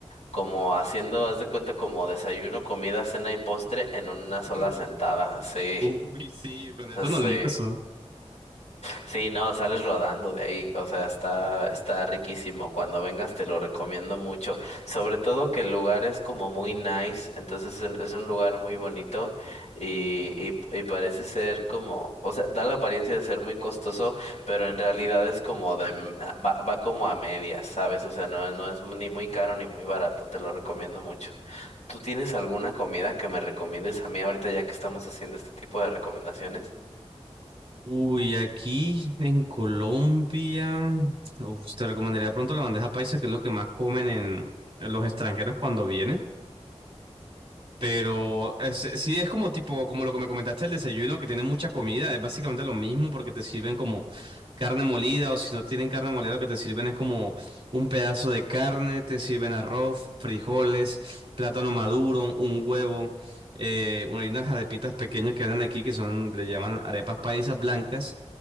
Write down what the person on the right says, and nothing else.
<laughs> No.
Uy, sí, con eso
no almuerzo.
Uy, aquí en Colombia, uf, te recomendaría pronto la bandeja paisa, que es lo que más comen en en los extranjeros cuando vienen. Pero es- sí es como tipo, como lo que me comentaste, el desayuno, que tiene mucha comida, es básicamente lo mismo porque te sirven como carne molida o si no tienen carne molida lo que te sirven es como un pedazo de carne, te sirven arroz, frijoles, plátano maduro, un huevo, eh, bueno, hay unas arepitas pequeñas que venden aquí que son, le llaman arepas paisas blancas